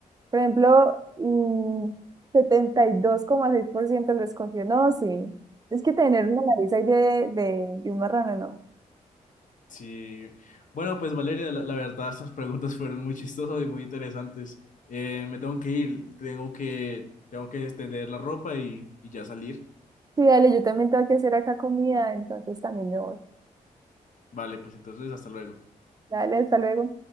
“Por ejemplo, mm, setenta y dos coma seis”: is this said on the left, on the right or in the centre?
Right